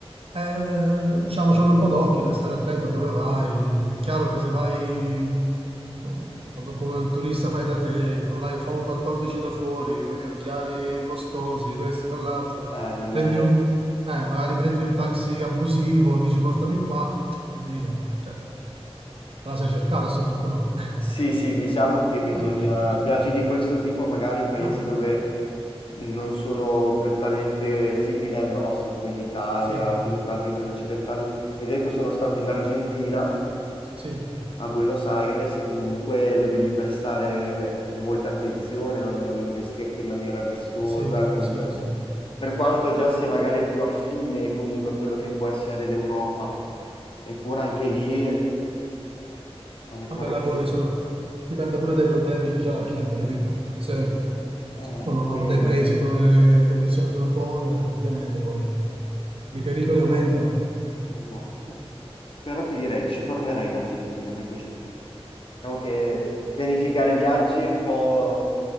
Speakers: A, on the right; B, on the left.
A: Eh, diciamo, ci vuole un po' d'occhio, devi stare attento a dove vai. È chiaro che se vai co- proprio come un turista fai da te, con l'iPhone 14 da fuori, con gli occhiali costosi, questo, quell'altro,
B: eh, non
A: prendi
B: è...
A: un, eh, magari prendi un taxi abusivo, dici portami qua, voglio dire, cioè, te la sei cercata a questo punto, no?
B: Sì, sì, diciamo che bisogna...
A: <laughs>
B: Viaggi di questo tipo magari in paesi
A: Ah,
B: dove non sono prettamente simili al nostro, come l'Italia
A: sì,
B: o comunque altri paesi occidentali. Ad esempio sono stato in Argentina
A: sì,
B: a Buenos Aires e comunque dovevi prestare eh, molta attenzione, non, non vestirti in maniera vistosa,
A: sì,
B: con-
A: sì, sì.
B: per quanto già sia magari più affine comunque a quello che può essere l'Europa, eppure anche lì, eh, ah, mi ricordo
A: Vabbè, là
B: anche
A: poi
B: se...
A: sono- dipende pure dai problemi che c'ha la gente, capito? Perché Se
B: Eh,
A: sono
B: quello,
A: dei paesi dove le condizioni sono povere, ovviamente poi i pericoli aumentano.
B: esatto. Però ti direi, ci tornerei in Argentina, mi è piaciuto. Diciamo che pianificare viaggi è un po'...